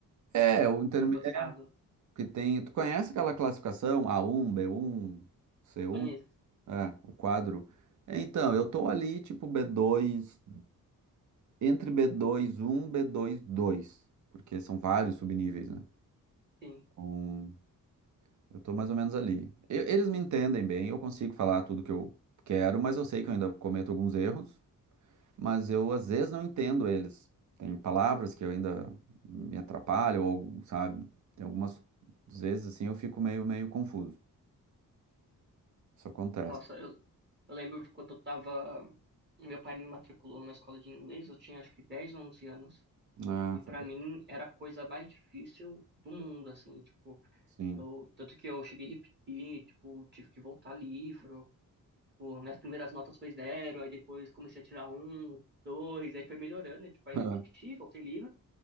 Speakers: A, on the right; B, on the right.
A: É, o interme-
B: Um avançado?
A: é, que tem. Tu conhece aquela classificação a um, b um, c
B: Conheço,
A: um, É, o quadro. Então, eu tô ali, tipo, b dois, entre b dois um, b dois dois, porque são vários subníveis, né?
B: sim.
A: Então, Eu tô mais ou menos ali. E- eles me entendem bem, eu consigo falar tudo que eu quero, mas eu sei que eu ainda cometo alguns erros, mas eu às vezes não entendo eles. Tem palavras que eu ainda me atrapalho, ou, algo, sabe? Tem algumas às vezes assim eu fico meio, meio confuso. Isso acontece.
B: Nossa, eu, eu lembro que quando eu tava. Meu pai me matriculou numa escola de inglês, eu tinha acho que 10 ou 11 anos.
A: Ah,
B: E pra
A: foi bom.
B: mim era a coisa mais difícil do mundo, assim, tipo,
A: Sim.
B: eu, tanto que eu cheguei a repetir, tipo, tive que voltar livro, tipo, minhas primeiras notas foi zero, aí depois comecei a tirar um, dois, aí foi melhorando, né, tipo, aí
A: <laughs>
B: repeti, voltei livro,